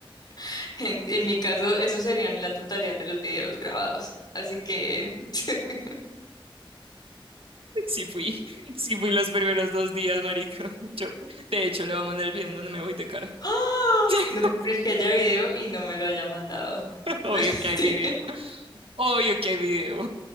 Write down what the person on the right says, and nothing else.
Sí fui, sí fui los primeros dos días, marico. <laughs> Yo, de hecho, le voy a mandar el video en donde me voy de cara.
<laughs>
Obvio
que hay
video, obvio que hay video.